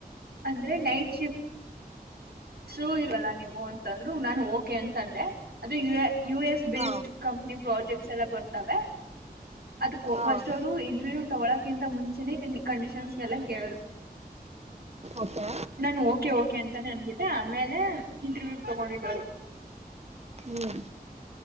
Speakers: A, on the right; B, on the right.
A: ಅಂದ್ರೆ ನೈಟ್ ಶಿಫ್ಟ್ ಸೂ ಇರಲ್ಲ ನೀವು ಅಂತಂದ್ರು ನಾನು ಓಕೆ ಅಂತಂದೆ ಅದು ಯ ಯು ಎಸ್ ಬೇಸ್ಡ್
B: ಹಾಂ
A: ಕಂ ನೀ ಪ್ರಾಜೆಕ್ಟ್ಸ್ ಎಲ್ಲ ಬರ್ತಾವ ಅದಕೋ
B: ಹಾಂ
A: ಫಸ್ಟ್ ಅವರು ಇಂಟರ್ವ್ಯೂ ತಗೊಳಕ್ಕಿಂತ ಮುಂಚೆನೆ ಕಂಡೀಷನ್ಸ್ಗೆಲ್ಲ ಕೇಳರು
B: ಓಕೆ
A: ನಾನು ಓಕೆ ಓಕೆ ಅಂತಾನೆ ಅನ್ಬಿಟ್ಟ ಮತ್ತೆ ಆಮೇಲೆ ಇಂಟ್ರವ್ಯೂ ತಗೊಂಡಿದ್ದವರು
B: ಹ್ಮ್